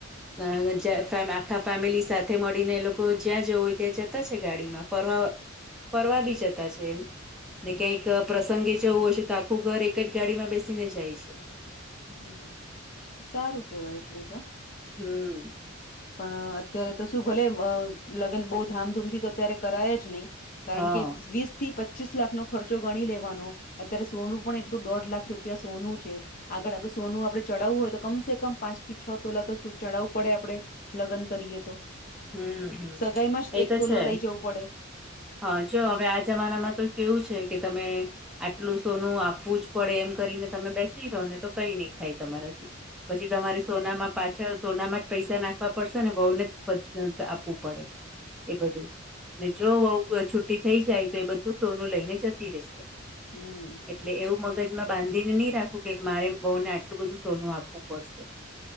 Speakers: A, in the centre; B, on the left (about 40°).
A: <unintelligible> આખા ફેમિલી સાથે મળીને એ લોકો જ્યાં જવું હોય ત્યાં જતા છે ગાડીમાં ફરવા ફરવા બી જતા છે એમ ને ક્યાંક પ્રસંગે જવું હોશે તો આખું ઘર એક જ ગાડીમાં બેસીને જાય છે.
B: હમ સારું કેવાય એટલું તો
A: હમ
B: પણ અત્યારે તો શું ભલે અ લગ્ન બહુ ધામધૂમથી તો અત્યારે કરાય જ નઈ કારણ
A: હા
B: કે વીસ થી પચીસ લાખનો ખર્ચો ગણી લેવાનો. અત્યારે સોનું પણ એટલું દોઢ લાખ રૂપિયા સોનું છે. આગળ આપડે સોનું આપડે ચડાવવું હોય તો કમ સે કમ પાંચ થી છ તોલા તો ચડાવવું પડે આપડે લગ્ન કરીએ તો.
A: હમ હમ
B: સગાઈમાં જ
A: એ
B: એક
A: તો
B: તોલો
A: છે
B: લઈ જવું પડે.
A: હા જો હવે આ જમાનામાં તો કેવું છે કે તમે. આટલું સોનું આપવું જ પડે. એમ કરીને તમે બેસી રો ને તો કઈ નહી થાય તમારાથી. પછી તમારે સોનામાં પાછળ સોનામાં જ પૈસા નાખવા પડશે ને વહુ ને જ પ <unintelligible> આપવું પડે એ બધું. ને જો વહુવ વ છુટી થઇ જાય તો એ બધું સોનું લઈને જતી રહેશે.
B: હમ્મ.
A: એટલે એવું મગજમાં બાંધીને નહીં રાખવું કે મારે વહુને આટલું બધું સોનું આપવું પડશે.